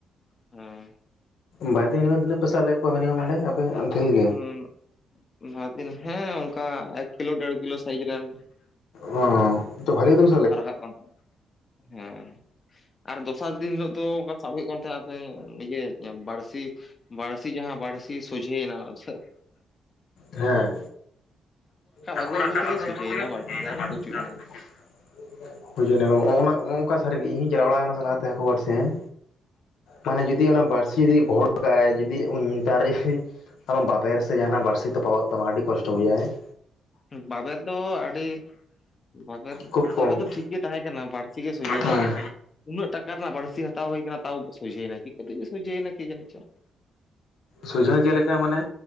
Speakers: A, on the left (about 45°); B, on the left (about 80°).
A: ᱦᱩᱸ
B: ᱵᱟᱨ ᱫᱤᱱ ᱨᱮᱜᱮ ᱛᱤᱱᱟᱜ ᱯᱮ ᱥᱟᱵ ᱞᱮᱫ ᱠᱚᱣᱟ ᱢᱟᱱᱮ ᱚᱸᱰᱮ ᱟᱯ ᱟᱫᱷᱮᱱ ᱜᱮ,
A: ᱦᱩᱸ ᱵᱟᱨ ᱫᱤᱱ ᱦᱮᱸ ᱚᱱᱠᱟ ᱮᱠ ᱠᱤᱞᱳ ᱰᱮᱲ ᱠᱤᱞᱳ ᱥᱟᱭᱤᱡ ᱨᱮᱱ
B: ᱚ ᱛᱚ ᱵᱷᱟᱞᱤ ᱜᱮᱫᱚ
A: ᱨᱟᱠᱟᱵ ᱠᱟᱱ ᱛᱟᱦᱮᱸ ᱦᱮᱸ ᱟᱨ ᱫᱚᱥᱟᱨ ᱫᱤᱱ ᱦᱤᱞᱳᱜ ᱫᱚ ᱚᱱᱠᱟ ᱥᱟᱵ ᱦᱩᱭᱩᱜ ᱠᱟᱱ ᱛᱱᱟ ᱤᱭᱟᱹ ᱵᱟᱹᱲᱥᱤ, ᱵᱟᱹᱲᱥᱤ ᱡᱟᱦᱟᱸ ᱵᱟᱹᱲᱥᱤ ᱥᱳᱡᱷᱮᱭᱮᱱᱟ ᱥᱮ
B: ᱦᱮᱸ ᱦᱟᱹᱠᱳ
A: ᱟᱹᱜᱩ
B: ᱨᱟᱠᱟᱵ
A: ᱟᱹᱜᱩ
B: ᱟᱜᱩ
A: ᱥᱚᱡᱷᱮᱭᱮᱱᱟ
B: ᱟᱜᱩ ᱛᱮᱜᱮ ᱥᱳᱡᱷᱮᱭᱮᱱᱟ
A: ᱵᱟᱹᱲᱥᱤ ᱫᱚ ᱟᱫᱚ
B: ᱵᱟᱲᱥᱤ
A: ᱯᱩᱪᱩᱡᱱᱟᱭ
B: <inaudible> ᱵᱩᱡᱩᱜ ᱚᱱᱠᱟ ᱥᱟᱹᱨᱤᱜ ᱤᱧ ᱪᱟᱞᱟᱣ ᱵᱟᱲ ᱟᱠᱟᱱᱟ ᱥᱮ ᱞᱟᱦᱟᱛᱮ ᱦᱟᱹᱠᱩ ᱵᱟᱹᱲᱥᱤ ᱦᱮᱸ ᱢᱟᱱᱮ ᱡᱩᱫᱤ ᱚᱱᱟ ᱵᱟᱹᱲᱥᱤ ᱡᱚᱫᱤ ᱜᱚᱦᱚᱲ ᱠᱟᱜ-ᱟᱭ ᱡᱩᱫᱤ ᱩᱱ ᱫᱟᱨᱮ, ᱟᱢᱟᱜ ᱵᱟᱵᱮᱨ ᱥᱮ ᱡᱟᱦᱟᱱᱟᱜ ᱵᱟᱹᱲᱥᱤ ᱛᱚᱯᱟᱜᱚᱜ ᱛᱟᱢᱟ ᱟᱹᱰᱤ ᱠᱚᱥᱴᱚ ᱵᱩᱡᱷᱟᱹᱜ-ᱟ ᱦᱮᱸ,
A: ᱵᱟᱵᱮᱨ ᱫᱚ ᱟᱹᱰᱤ, ᱵᱟᱵᱮᱨ
B: ᱠᱷᱩᱵ
A: ᱵᱟᱵᱮᱨ
B: ᱠᱚᱢ
A: ᱫᱚ ᱴᱷᱤᱠ ᱜᱮ ᱛᱟᱦᱮᱸ ᱠᱟᱱᱟ ᱵᱟᱹᱲᱥᱤ ᱜᱮ ᱥᱚᱡᱷᱮᱱᱟ
B: ᱦᱮᱸ
A: ᱩᱱᱟᱹᱜ ᱴᱟᱠᱟ ᱨᱮᱱᱟᱜ ᱵᱟᱹᱲᱥᱤ ᱦᱟᱛᱟᱣ ᱦᱩᱭ ᱠᱟᱱᱟ, ᱛᱟᱣ ᱥᱚᱡᱷᱮᱭ ᱱᱟ ᱪᱤᱠᱟᱹ ᱛᱮ ᱪᱚ ᱥᱚᱡᱷᱮᱭᱮ ᱱᱟ ᱠᱤ ᱡᱟᱱ ᱪᱚ,
B: ᱥᱩᱡᱷᱚᱱ ᱪᱮᱫᱮᱠᱟ ᱢᱟᱱᱮ